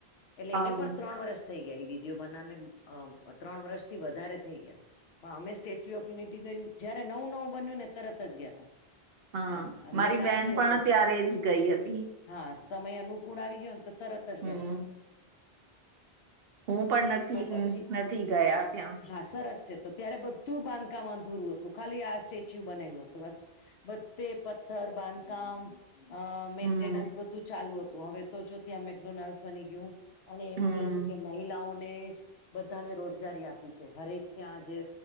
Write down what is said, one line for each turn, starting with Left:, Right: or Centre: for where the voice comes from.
Left: એટલે એને
Right: આવું
Left: પણ ત્રણ વર્ષ થઈ ગયા એ વિધયો બનાવને અ ત્રણ વર્ષ થી વધારે થઈ ગયા પણ અમે સ્ટેચ્યુ ઓફ યુનિટી ગયું જય નું નવું બન્યું ને તરત જ ગયા તા
Right: હા
Left: આમ
Right: મારી
Left: મેળ આવી
Right: બેન
Left: ગયો
Right: પણ
Left: તો
Right: ત્યારે જ ગઈ હતી
Left: હા સમય અનુકૂળ આવી ગયોને તો તરત જ
Right: હમ
Left: ગયા
Right: હું પણ નથી
Left: તો પછી
Right: નથી ગયા ત્યાં
Left: હા સરસ તો તો ત્યારે બધું બાંધકામમાં ધૂરવું હતું ખાલી આ સ્ટેચ્યુ બનેલું હતું બસ ભત્તે પથ્થર બાંધકામ અ મેન્ટેનન્સ
Right: હમ
Left: બધું ચાલુ હતું હવે તો જો ત્યાં મેકડોનાલ્ડ બની ગયું અને એમ
Right: હમ
Left: કે છે કે મહિલાઓને જ બધાને રોજગારી આપી છે હરેક ત્યાં જે